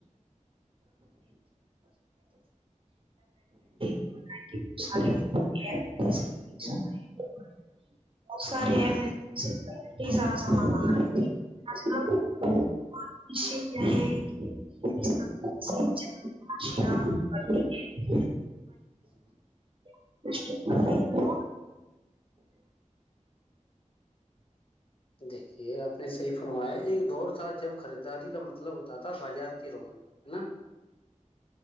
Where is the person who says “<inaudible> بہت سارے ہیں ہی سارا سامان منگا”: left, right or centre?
Right